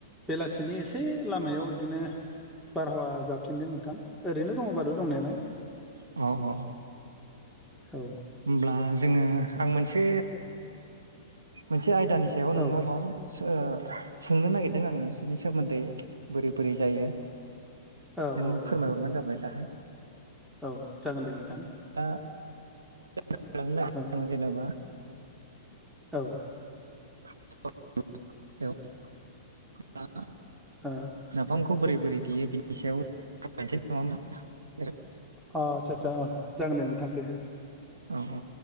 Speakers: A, in the centre; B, on the right (about 80°).
A: बेलासिनि एसे लामायाव इदिनो बारहावा जााबथिंदों नोंथां ओरैनो दङ बारु दंनायालाय।
B: अ अ अ अ
A: औ
B: होमब्ला। जोङो आं मोनसे मोनसे आयदानि सायाव नोंनाव
A: औ
B: माबा सो ओ सोंनो नागिरदों आङो बिनि सोमोन्दै बोरै बोरै जायो
A: औ
B: नों
A: औ
B: फोरमायहरबानो
A: औ
B: जाबाय दाहाय।
A: औ जागोन दे नोंथां।
B: दा <unintelligible>
A: औ
B: जेनेबा
A: औ
B: <unintelligible> दा
A: अ
B: नाफामखौ बोरै बोरै देयो बिनि सायाव <unintelligible>
A: अ आस्सा सा जागोन दे नोंथां दे
B: औ औ औ